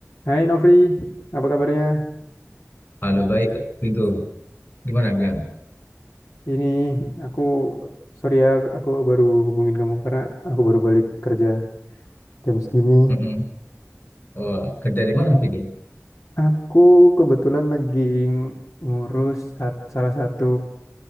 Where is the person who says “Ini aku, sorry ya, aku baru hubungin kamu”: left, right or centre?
Left